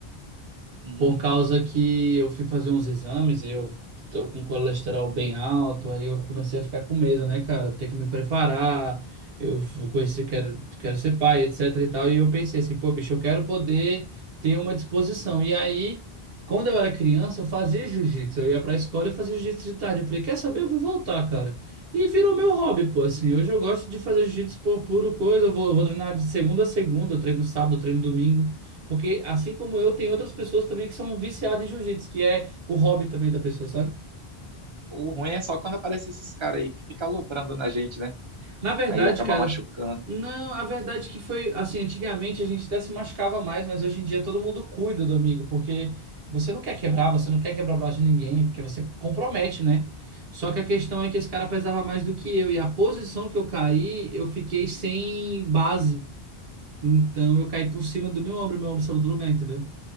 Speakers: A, on the right (about 35°); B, on the right (about 70°).
A: Uhum.
B: Por causa que eu fui fazer uns exames e eu tô com colesterol bem alto, aí eu comecei a ficar com medo, né, cara? Ter que me preparar, eu vou conhecer, quero, quero ser pai, etc e tal. E eu pensei assim, pô, bicho, eu quero poder ter uma disposição. E aí, quando eu era criança, eu fazia jiu-jitsu. Eu ia pra escola e fazia jiu-jitsu de tarde. Eu falei, quer saber? Eu vou voltar, cara. E virou meu hobby, pô, assim. Hoje eu gosto de fazer jiu-jitsu por puro coisa. Eu vou, eu vou treinar de segunda a segunda, eu treino sábado, eu treino domingo. Porque assim como eu, tem outras pessoas também que são viciadas em jiu-jitsu, que é o hobby também da pessoa, sabe?
A: O ruim é só quando aparece esses caras aí que ficam aloprando na gente, né?
B: Na verdade,
A: Aí acabar
B: cara,
A: machucando.
B: não, a verdade é que foi assim, antigamente a gente até se machucava mais, mas hoje em dia todo mundo cuida do amigo, porque você não quer quebrar, você não quer quebrar o braço de ninguém, porque você compromete, né? Só que a questão é que esse cara pesava mais do que eu, e a posição que eu caí, eu fiquei sem base. Então eu caí por cima do meu ombro, meu ombro saiu do lugar, entendeu?